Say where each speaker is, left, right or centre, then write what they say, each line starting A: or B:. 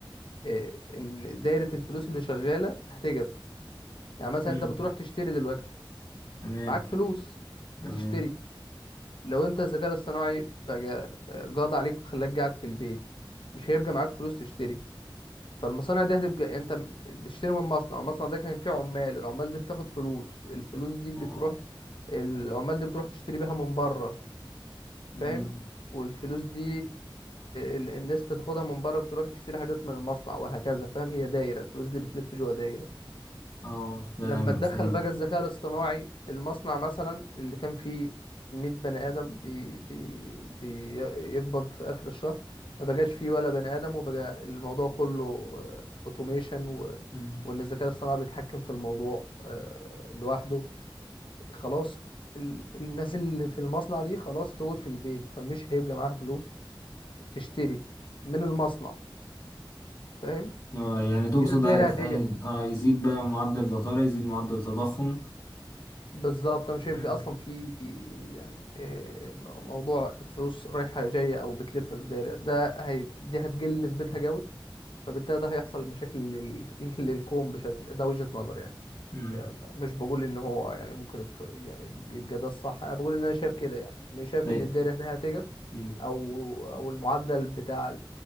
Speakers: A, on the left; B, on the left.
A: آه، ان دايره الفلوس اللي شغاله هتجف يعني مثلا
B: مم.
A: انت بتروح تشتري دلوقتي
B: تمام
A: معاك فلوس
B: تمام
A: بتشتري لو انت الذكاء الاصطناعي بقى آه، قاضي عليك وخلاك قاعد في البيت مش هيبقى معاك فلوس تشتري فالمصانع دي هتبقى يعني انت م- بتشتري من مصنع المصنع ده كان فيه عمال العمال دي بتاخد فلوس الفلوس دي بتروح
B: اه
A: العمال دي بتروح تشتري بيها من بره
B: مم.
A: فاهم والفلوس دي ال- الناس بتاخدها من بره بتروح تشتري حاجات من المصنع وهكذا فاهم هي دايرة الفلوس دي بتلف جوه دايرة
B: اه فاهم
A: لما تدخل
B: فهمت
A: بقى الذكاء الاصطناعي المصنع مثلا اللي كان فيه 100 بني آدم بي بي بيقبض في آخر الشهر ما بقاش فيه ولا بني آدم وبقى الموضوع كله اوتوميشن و...
B: مم.
A: وإن الذكاء الاصطناعي بيتحكم في الموضوع آه، لوحده خلاص ال... الناس اللي في المصنع دي خلاص هتقعد في البيت فمش هيبقى معاها فلوس تشتري من المصنع فاهم
B: اه يعني تقصد
A: كده الدايرة
B: هي...
A: هتج...
B: هي... اه يزيد بقى معدل البطالة يزيد معدل التضخم
A: بالظبط مش هيبقى
B: مم.
A: اصلا في يعني آه، م- موضوع الفلوس رايحه جايه او بتلف في دايره ده هي دي هتقل نسبتها جوي فبالتالي ده هيحصل مشاكل لل... <laughs> للكون بشكل ده وجهه نظر يعني
B: مم.
A: آه، مش بقول ان هو يعني ممكن يتف... يعني يبقى ده الصح انا بقول ان انا شايف كده يعني انا شايف
B: طيب
A: ان الدايره هنا هتجف
B: مم.
A: او او المعدل بتاع